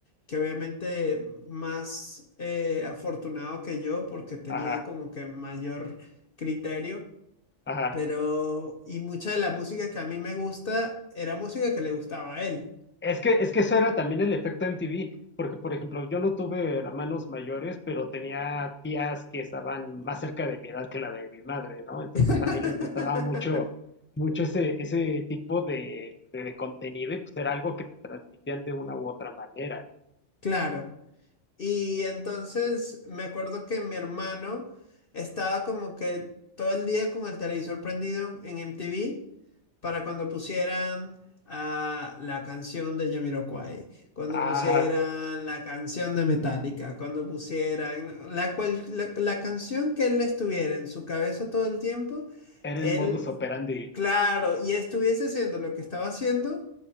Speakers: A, on the left; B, on the left.
A: que obviamente más eh, afortunado que yo, porque tenía
B: Ajá,
A: como que mayor criterio,
B: ajá.
A: pero, y mucha de la música que a mí me gusta era música que le gustaba a él.
B: Es que, es que eso era también el efecto MTV, porque por ejemplo, yo no tuve hermanos mayores, pero tenía tías que estaban más cerca de mi edad que la de mi madre, ¿no? Entonces
A: <laughs>
B: también les gustaba mucho, mucho ese, ese tipo de, de- de contenido y pues era algo que te transmitían de una u otra manera.
A: Claro. Y entonces me acuerdo que mi hermano estaba como que todo el día con el televisor prendido en MTV para cuando pusieran ah, la canción de Jamiroquai, cuando
B: Ajá,
A: pusieran la canción de Metallica, cuando pusieran la, cual- la, la canción que él estuviera en su cabeza todo el tiempo,
B: era
A: él,
B: el modus operandi.
A: claro, y estuviese haciendo lo que estaba haciendo,